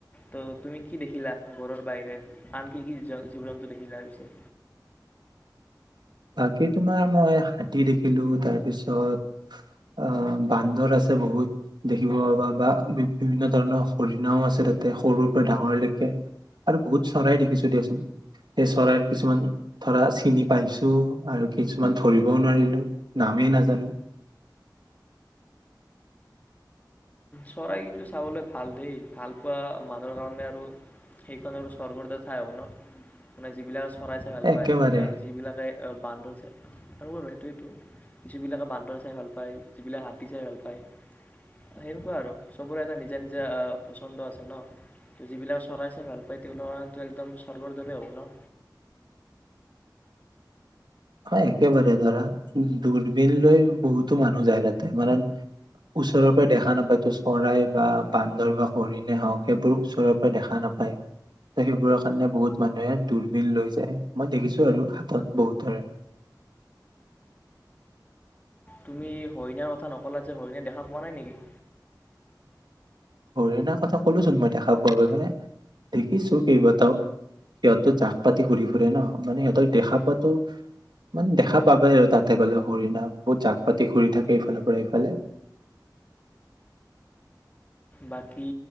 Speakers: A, on the left (about 20°); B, on the right (about 75°).
A: ত' তুমি কি দেখিলা ঘৰৰ বাহিৰে আন কি কি জীৱ জন্তু দেখিলা পিছে?
B: বাকী তোমাৰ মই হাতী দেখিলো, তাৰ পিছত আহ বান্দৰ আছে বহুত দেখিব পাবা, বা বি বিভিন্ন ধৰণৰ হৰিণাও আছে, তাতে সৰুৰ পৰা ডাঙৰলৈকে আৰু বহুত চৰাই দেখিছো দিয়াচোন। সেই চৰাইৰ কিছুমান ধৰা চিনি পাইছো। আৰু কিছুমান ধৰিবও নোৱাৰিলো নামেই নাজানো।
A: চৰাই কিন্তু চাবলৈ ভাল দেই ভাল পোৱা মানুহৰ কাৰণে আৰু সেইখন আৰু স্বৰ্গৰদা ঠাই হ'ব ন মানে যিবিলাক চৰাই চাই ভাল
B: একেবাৰে
A: পায় এইাৰ যিবিলাকে বান্দৰ চাই আৰু বাৰ সেইটোৱো যিবিলাকে বান্দৰ চাই ভাল পায় যিবিলাক হাতী চাই ভাল পায় সেনেকুৱা আৰু চবৰে এটা নিজা নিজা পচন্দ আছে ন ত' যিবিলাক চৰাই চাই ভাল পায় তেওঁবিলাকৰ কাৰো একদম স্বৰ্গৰ দৰে হ'ব ন?
B: অ একেবাৰে ধৰা দূৰবিন লৈ বহুতো মানুহ যায়। তাতে মানে ওচৰৰ পৰা দেখা নাপায় তো চৰাই বা বান্দৰ বা হৰিণে হওক সেইবোৰ ওচৰৰ পৰা দেখা নাপায়। সেইবোৰৰ কাৰণে বহুত মানুহে দূৰবিন লৈ যায় মই দেখিছো আৰু হাতত বহুতৰে
A: তুমি হৰিণাৰ কথা নক'লা যে হৰিণে দেখা পোৱা নাই নেকি?
B: হৰিণাৰ কথা কলোচোন মই দেখা পোৱা বুলি মানে দেখিছো কেইবাটাও সিহঁতো জাক পাতি ঘূৰি ফুৰে ন মানে সিহঁতক দেখা পোৱাাতো মানে দেখা পাব আৰু তাতে গলে হৰিণা বহুত জাক পাতি ঘুৰি থাকে এইফালৰ পৰা এইফালে
A: বাকী